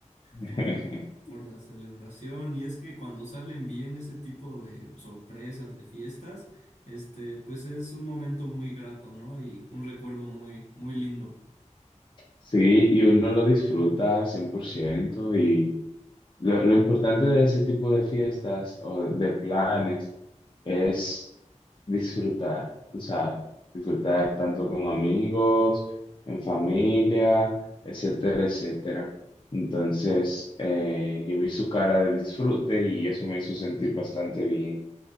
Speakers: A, on the left (about 40°); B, on the left (about 70°).
A: <laughs>
B: Por la, por la celebración. Y es que cuando salen bien ese tipo de sorpresas, de fiestas, este, pues es un momento muy grato, ¿no? Y un recuerdo muy, muy lindo.
A: Sí, y uno lo disfruta 100% y lo, lo importante de ese tipo de fiestas o de planes es disfrutar, tú sabes, disfrutar tanto con amigos, en familia, etcétera, etcétera. Entonces, eh, yo vi su cara de disfrute y eso me hizo sentir bastante bien.